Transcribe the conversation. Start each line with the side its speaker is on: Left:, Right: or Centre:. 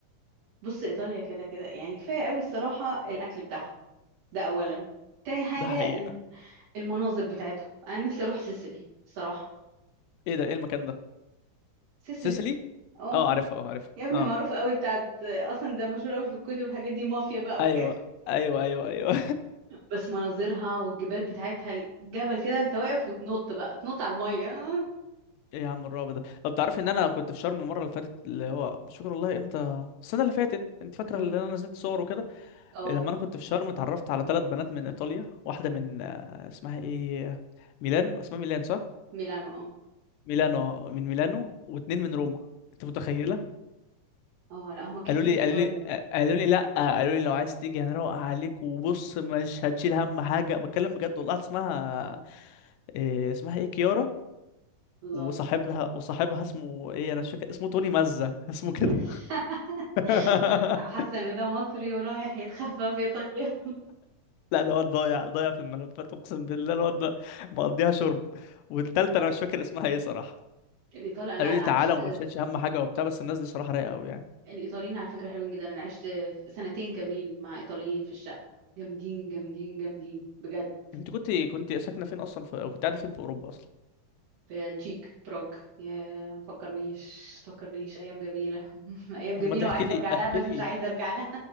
Right: بص ايطاليا كده كده يعني كفايه قوي الصراحه الاكل بتاعهم ده اولا تاني حاجه
Left: ده حقيقه
Right: الم- المناظر بتاعتهم انا نفسي اروح سيسيلي الصراحه
Left: ايه ده ايه المكان ده
Right: وسيسيلي
Left: سيسيلي
Right: اه
Left: اه عارفها اه عارفها
Right: يا ابني
Left: اه
Right: معروفه قوي بتاعت اصلا ده مشهور قوي في الكتب والحاجات دي مافيا بقى
Left: ايوه
Right: وكده
Left: ايوه ايوه ايوه
Right: بس مناظرها والجبال بتاعتها الجبل كده انت واقف وتنط بقى تنط على المية اه
Left: <laughs> ايه يا عم الرعب ده طب تعرفي ان انا كنت في شرم المره اللي فاتت اللي هو مش فاكر والله امتى السنه اللي فاتت انت فاكره
Right: أمم.
Left: اللي انا نزلت صور وكده
Right: آه،
Left: لما انا كنت في شرم اتعرفت على ثلاث بنات من ايطاليا واحده من آه، اسمها ايه ميلان اسمها ميلان صح
Right: ميلانو اه
Left: ميلانو من ميلانو واتنين من روما انت متخيله
Right: اه لا هما كده
Left: قالوا
Right: كده
Left: لي
Right: الايطال
Left: قالوا لي قالوا لي لا قالوا لي لو عايز تيجي هنروق عليك وبص مش هتشيل هم حاجه بتكلم بجد والله واحدة اسمها إيه اسمها ايه كيارا
Right: الله
Left: وصاحبها وصاحبها اسمه ايه انا مش فاكر اسمه توني مزة اسمه
Right: <laughs>
Left: كده <laughs>
Right: انا حاسه ان ده مصري ورايح يتخفى في ايطاليا
Left: لا ده واد ضايع ضايع في الملفات اقسم بالله الواد ده مقضيها شرب والتالتة انا مش فاكر اسمها ايه صراحه
Right: الايطال انا
Left: قالوا
Right: لا انا
Left: لي تعالى
Right: عشت
Left: وما تشيلش هم حاجه وبتاع بس الناس دي صراحه رايقه قوي يعني
Right: الايطاليين على فكره حلوين جدا انا عشت سنتين كاملين مع ايطاليين في الشقه جامدين جامدين جامدين بجد
Left: انت كنت كنت ساكنه فين اصلا في... أو كنت قاعده فين في اوروبا اصلا
Right: في التشيك براغ يا ما تفكرنيش ما تفكرنيش ايام جميله <laughs> ايام
Left: طب
Right: جميله
Left: ما تحكي
Right: وعايزه
Left: لي
Right: ارجع لها
Left: احكي
Right: بس
Left: لي
Right: مش عايزه ارجع لها